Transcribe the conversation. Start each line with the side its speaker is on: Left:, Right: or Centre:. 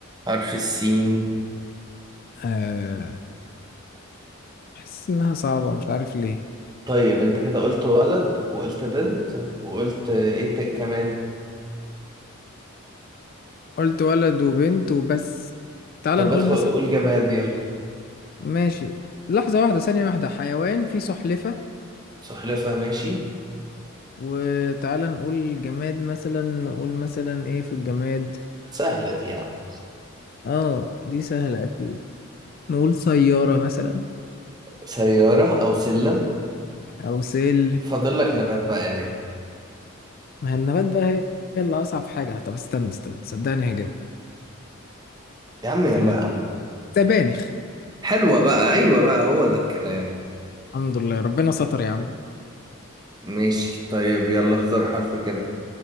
Right: حرف السين
Left: آه حاسس انها صعبة مش عارف ليه
Right: طيب انت كده قلت ولد وقلت بنت وقلت ايه ت- كمان
Left: قلت ولد وبنت وبس تعال
Right: طب
Left: نقول
Right: ادخل
Left: مثلا
Right: تقول جماد يلا
Left: ماشي لحظة واحدة ثانية واحدة حيوان فيه سلحفة
Right: سلحفاة ماشي
Left: وتعال نقول جماد مثلا نقول مثلا ايه في الجماد
Right: سهلة دي يا عم
Left: اه دي سهلة أكيد نقول سيارة مثلا
Right: سيارة أو سلم
Left: أو سلم
Right: فاضل لك نبات بقى نجم
Left: ما هي النبات بقى هي هي اللي أصعب حاجة طب استنى استنى صدقني هجيبها
Right: يا عم يلا
Left: أه
Right: يا عم
Left: سبانخ
Right: حلوة بقى أيوة بقى هو ده الكلام
Left: الحمد لله ربنا ستر يا عم
Right: ماشي طيب يلا اختار حرف كده